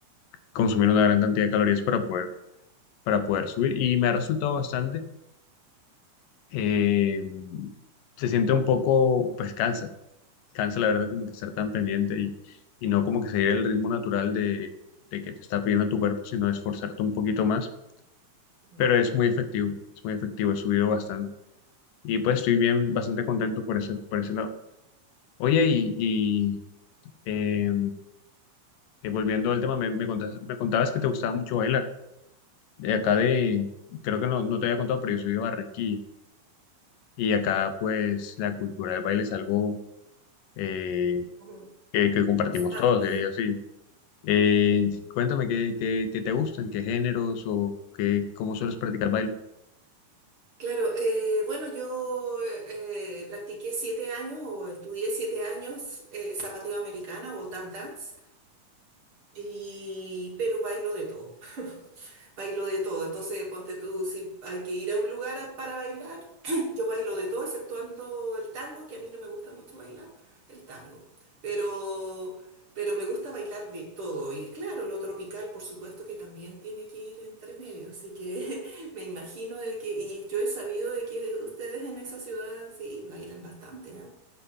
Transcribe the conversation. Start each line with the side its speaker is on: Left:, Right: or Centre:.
Left: consumir una gran cantidad de calorías para poder, para poder subir y me ha resultado bastante. Eh, se siente un poco, pues cansa. cansa la verdad como que estar tan pendiente y, y no como que seguir el ritmo natural de, de que te está pidiendo tu cuerpo, sino esforzarte un poquito más.
Right: mm.
Left: Pero
Right: <laughs>
Left: es muy efectivo, es muy efectivo, he subido bastante. Y pues estoy bien, bastante contento por ese, por ese lado. Oye, y, y, eh, eh, volviendo al tema, me, me contas- me contabas que te gustaba mucho bailar. De acá de, creo que no, no te había contado, pero yo soy de Barranquilla. Y acá pues la cultura del baile es algo eh,
Right: Ujú.
Left: que, que compartimos
Right: Constante.
Left: todos, diría yo, sí. Eh, cuéntame qué, qué, qué te gustan, qué géneros o qué, cómo sueles practicar baile.
Right: Claro, eh, bueno, yo eh, eh, practiqué siete años o estudié siete años eh, zapateo americano o tap dance. Y, pero bailo de todo, <laughs> bailo de todo. Entonces, ponte tú, si hay que ir a un lugar a- para bailar, <clears throat> yo bailo de todo, exceptuando el tango, que a mí no me gusta mucho bailar el tango. Pero, pero me gusta bailar de todo. Y claro, lo tropical, por supuesto, que también tiene que ir entre medio. Así que <laughs> me imagino de que, y yo he sabido de que ustedes en esa ciudad sí bailan bastante, ¿ah?